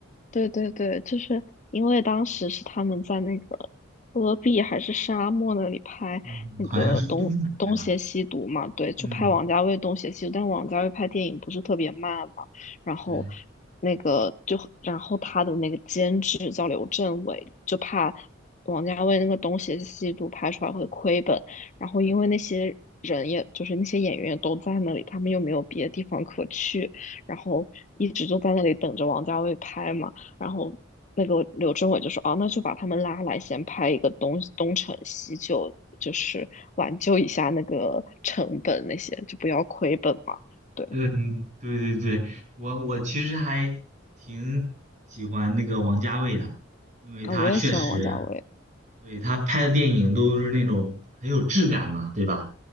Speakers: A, on the left; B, on the right.
A: 对对对，就是因为当时是他们在那个戈壁还是沙漠那里拍那个东东邪西毒嘛，
B: <laughs> 嗯，好像是东北的吧？
A: 对，
B: 嗯，
A: 就拍王家卫东邪西毒，但王家卫拍电影不是特别慢嘛，然后
B: 对。
A: 那个就然后他的那个监制叫刘镇伟，就怕王家卫那个东邪西毒拍出来会亏本，然后因为那些人也就是那些演员都在那里，他们又没有别的地方可去。然后一直就在那里等着王家卫拍嘛。然后那个柳智伟就说：“哦，那就把他们拉来，先拍一个东东成西就，就是挽救一下那个成本那些，就不要亏本嘛。”对，
B: <laughs> 嗯，对对对，我我其实还挺喜欢那个王家卫的，因为他确实，
A: 啊，我也喜欢王家卫。
B: 对，他拍的电影都是那种很有质感嘛，对吧？